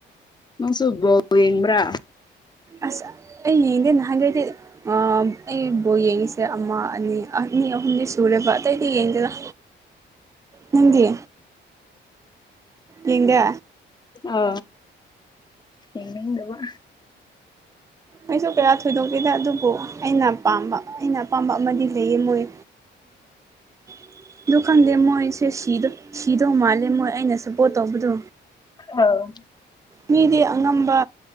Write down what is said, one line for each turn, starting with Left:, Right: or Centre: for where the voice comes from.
Left: ꯅꯪꯁꯨꯣꯕ ꯌꯦꯡꯕ꯭ꯔꯥ
Right: ꯑꯁ ꯑꯩ ꯌꯦꯡꯗꯦ ꯅꯍꯥꯟꯒꯩꯗꯤ ꯑꯩꯕꯨꯕ ꯌꯦꯡꯉꯤꯁꯦ ꯑꯃ ꯑꯅꯤ ꯑꯅꯤ ꯑꯍꯨꯝꯗꯤ ꯁꯨꯔꯦꯕ ꯑꯇꯩꯗꯤ ꯌꯦꯡꯗꯦꯗ ꯅꯤꯡꯗꯤ ꯌꯦꯒ
Left: ꯑ ꯌꯦꯉꯕ
Right: ꯑꯩꯁꯨ ꯀꯌꯥ ꯊꯣꯏꯗꯣꯛꯀꯦꯗ ꯑꯗꯨꯕꯨ ꯑꯩꯅ ꯄꯥꯝꯕ ꯑꯩꯅ ꯑꯄꯥꯝꯕ ꯑꯃꯗꯤ ꯂꯩꯌꯦ ꯃꯣꯏ <unintelligible> ꯑ ꯈꯪꯗꯦ ꯃꯣꯏꯁꯦꯗ ꯁꯤꯗꯧ ꯃꯥꯜꯂꯦ ꯃꯣꯏ ꯑꯩꯅ ꯁꯞꯄꯣꯔꯠ ꯇꯧꯕꯗꯣ
Left: ꯑꯥꯎ
Right: ꯃꯤꯗꯤ ꯑꯉꯝꯕ